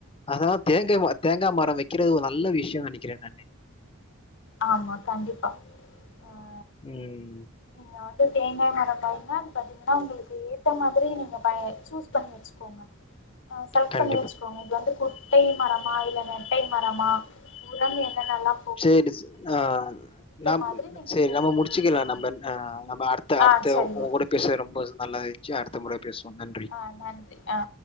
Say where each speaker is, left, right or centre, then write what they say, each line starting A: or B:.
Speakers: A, on the left; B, on the left.
A: ஆஹ தேங்கா ம தேங்கா மர வக்கிறது ஒரு நல்ல விஷ்யோ நெனக்கிறே நானு
B: ஆமா கண்டிப்பா அஹ்
A: ம்
B: நீங்க வந்து தேங்காய் மரம் பாய்ங்கன்னா அது பாத்தீங்கன்னா உங்களுக்கு ஏத்த மாதிரி நீங்க பயன் சூஸ் பண்ணி வச்சுக்கோங்க அ செலக்ட்
A: கண்-
B: பண்ணி வச்சுக்கோங்க இது வந்து கு குட்டை மரமா இல்ல நெட்டை மரமா உரங்கு என்னன்னல்லா
A: சேரி டிஷ் ஆ நம்
B: மாதிரி நீங்க
A: சேரி
B: தேர்ந்தெடுத்து
A: நம்ம முடுச்சுக்கலா
B: வச்சுக்கோங்க
A: நம்ம ஆ நம்ம அடு த்த அடுத்த
B: ஆ சரி
A: உங்க
B: ஓகே
A: கூட பேசுறது ரொம்ப நல்லாய்ந்துச்சு அடுத்த முற பேசுவோ நன்றி
B: ஆ நன்றி ஆ